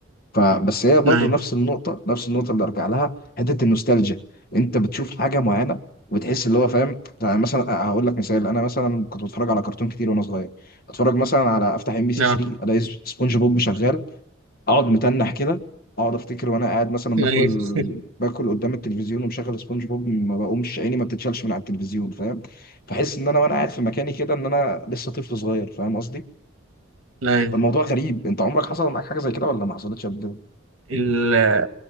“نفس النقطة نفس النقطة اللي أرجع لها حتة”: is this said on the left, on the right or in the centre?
Left